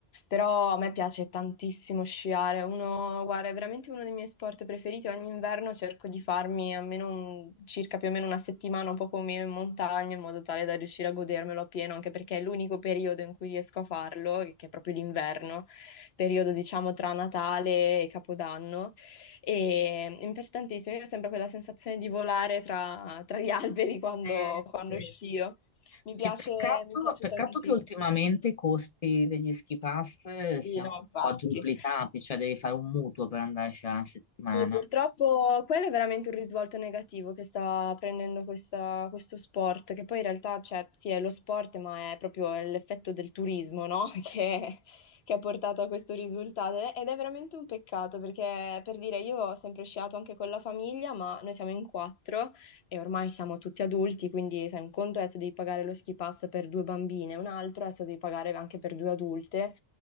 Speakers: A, on the left; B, on the left.
A: però a me piace tantissimo sciare, uno, guarda, è veramente uno dei miei sport preferiti, ogni inverno cerco di farmi almeno un- circa più o meno una settimana, un po' come in montagna, in modo tale da riuscire a godermelo appieno, anche perché è l'unico periodo in cui riesco a farlo, che è proprio l'inverno, periodo diciamo tra Natale e Capodanno. E mi piace tantissimo, io ho sempre quella sensazione di volare tra, tra gli alberi quando,
B: Eh,
A: quando
B: sì.
A: scio. Mi
B: Sì,
A: piace,
B: peccato,
A: mi piace
B: peccato
A: tantissimo.
B: che ultimamente i costi degli ski pass siano
A: Sì, no, infatti.
B: quadruplicati, cioè devi fare un mutuo per andarci a settimana.
A: Sì, purtroppo quello è veramente un risvolto negativo che sta prendendo questa- questo sport, che poi in realtà, cioè, sì, è lo sport, ma è proprio l'effetto del turismo, no? <laughs> Che, che ha portato a questo risultato. Ed è veramente un peccato, perché per dire, io ho sempre sciato anche con la famiglia, ma noi siamo in quattro e ormai siamo tutti adulti, quindi sai, un conto è se devi pagare lo ski pass per due bambine, un altro è se devi pagare anche per due adulte.